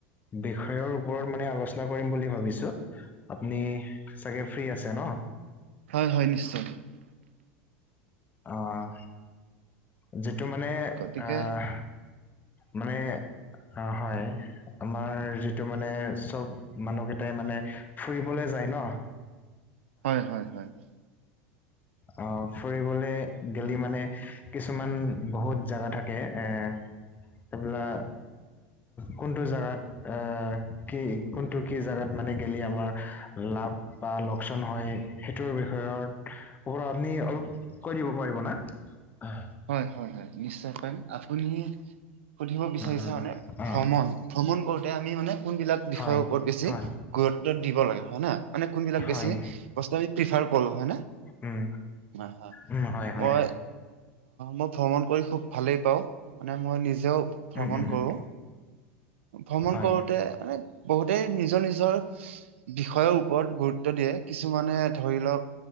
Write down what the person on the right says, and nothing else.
হয় হয় নিশ্চয়
গতিকে
হয় হয় হয় <inaudible>
হয়, হয়, হয় নিশ্চয়। আপু সুধিব বিচাৰি
মানে
ভ্ৰমণ ভ্ৰমণ কৰোতে আমি মানে কোনবিলাক বিষয়ৰ
ওপৰত বেছি
গুৰুত্ব দিব লাগে হয় ন। মানে কোনবিলাক
বেছি বস্তম প্ৰফাৰ কৰো হয়।
হয় হয়
মই মই ভ্ৰমণ কৰি খুব ভালেই পাওঁ মানে মই নিজেও ভ্ৰমণ
কৰোঁ। ভ্ৰমণ
কৰোতে মানে বহুতেই নিজৰ নিজৰ বিষয়ৰ ওপৰত গুৰুত্ব দিয়ে কিছুমানে ধৰি লওক